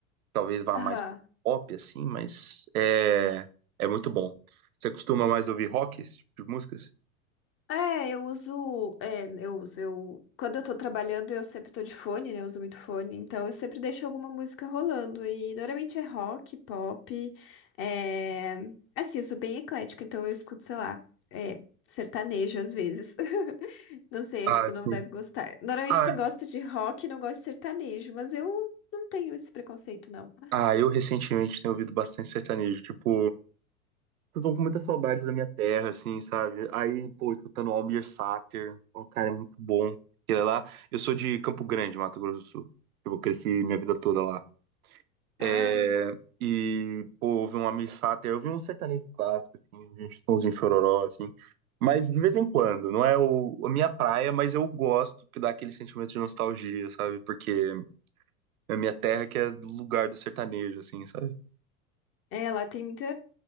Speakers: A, on the right (about 80°); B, on the left (about 30°).
A: talvez vá
B: Aham.
A: mais pop, assim, mas é, é muito bom. Você costuma mais ouvir rock, esse tipo de músicas?
B: É, eu uso, é, eu uso, eu, quando eu tô trabalhando, eu sempre tô de fone, né? Eu uso muito fone, então eu sempre deixo alguma música rolando e normalmente é rock, pop, é, assim, eu sou bem eclética, então eu escuto, sei lá, é, sertanejo às vezes. <laughs> Não sei,
A: Ah,
B: acho que tu não
A: sim.
B: deve gostar. Normalmente
A: Ah,
B: quem gosta de rock não gosta de sertanejo, mas eu não tenho esse preconceito, não.
A: Ah, eu recentemente tenho ouvido bastante sertanejo, tipo, eu tô com muita saudade da minha terra, assim, sabe? Aí, pô, escutando Almir Sater, o cara é muito bom. Ele é lá, eu sou de Campo Grande, Mato Grosso do Sul. Eu cresci minha vida toda lá.
B: Ah.
A: É, e, pô, ouvi um Almir Sater, eu vi um sertanejo clássico, assim, de um Chitãozinho Chororó, assim. Mas de vez em quando, não é o, a minha praia, mas eu gosto que dá aquele sentimento de nostalgia, sabe? Porque é a minha terra que é o lugar do sertanejo, assim, sabe?
B: É, lá tem muita,